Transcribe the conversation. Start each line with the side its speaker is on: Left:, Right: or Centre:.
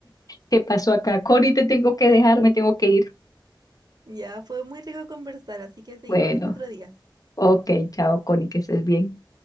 Left: ¿qué pasó acá? Connie, te tengo que dejar, me tengo que ir.
Right: Ya, fue muy rico conversar, así que seguimos
Left: Bueno,
Right: hablando otro día.
Left: ok, chao, Connie, que estés bien.